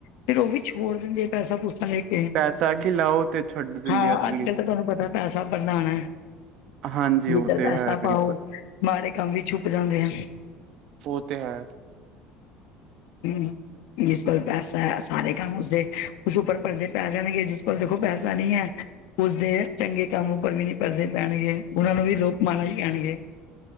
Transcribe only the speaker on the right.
ਪੈਸਾ ਖਿਲਾਓ ਤੇ ਛੱਡ ਦਿੰਦੇ
ਆ
ਪੁਲਿਸ।
ਹਾਂਜੀ ਉਹ
ਤੇ
ਹੈ ਬਿਲਕੁਲ
ਓ ਤੇ ਹੈ।